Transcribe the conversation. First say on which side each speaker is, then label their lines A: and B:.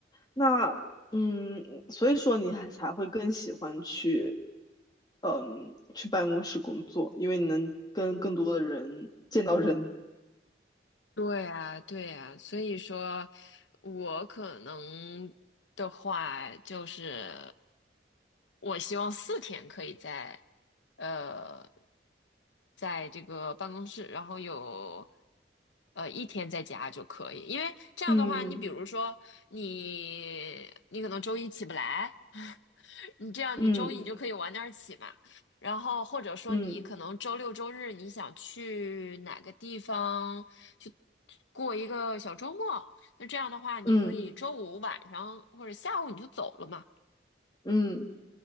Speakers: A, on the left; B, on the left.
A: 那嗯，所以说你还才会更喜欢去，嗯，去办公室工作，因为你能跟更多的人见到人。
B: 对啊，对啊，所以说，我可能的话就是，我希望四天可以在，呃，在这个办公室，然后有，呃，一天在家就可以，因为这样的话，
A: 嗯
B: 你比如说你，你可能周一起不来，你这样，
A: 嗯
B: 你周一你就可以晚点儿起嘛，然后或者说你可能周六周日你想去哪个地方去
A: 嗯
B: 过一个小周末，那这样的话，你可以周五晚上或者下午你就走了嘛。
A: 嗯嗯，